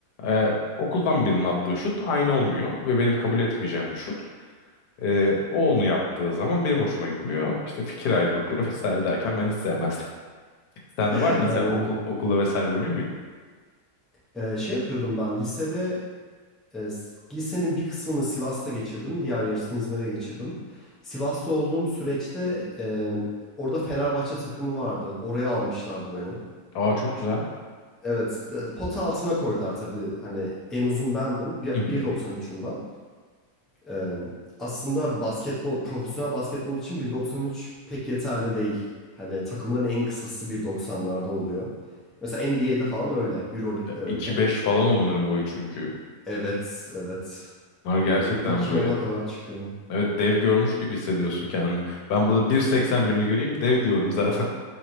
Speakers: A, on the left; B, in the centre.
A: E, okuldan birinin attığı şut aynı olmuyor ve benim kabul etmeyeceğim bir şut. E, o onu yaptığı zaman benim hoşuma gitmiyor. İşte fikir ayrılıkları <laughs> vesaire derken ben hiç sevmezdim. <laughs> Sende
B: <laughs>
A: var mı mesela
B: Anladım.
A: okul okulda vesaire oynuyor muydun?
B: Ee, şey yapıyordum ben lisede e, s- lisenin bir kısmını Sivas'ta geçirdim. Diğer yarısını İzmir'de geçirdim. Sivas'ta olduğum süreçte e, orada Fenerbahçe takımı vardı. Oraya almışlardı beni.
A: Aa çok güzel.
B: Evet, e, pota altına koydular tabii. Hani en uzun bendim. Bir-
A: Hı hı.
B: 1.93'üm ben. Ee, aslında basketbol, profesyonel basketbol için 1.93 pek yeterli değil. Hani takımların en kısası 1.90'larda oluyor. Mesela NBA'de falan öyle, EuroLeague'de
A: E,
B: öyle.
A: 2-5 falan onların boyu çünkü.
B: Evet, evet.
A: Bunlar gerçekten
B: Yani iki
A: böyle
B: ona kadar çıkıyor.
A: evet dev görmüş gibi hissediyorsun kendini. Ben burada bir seksen birini göreyim dev diyorum zaten.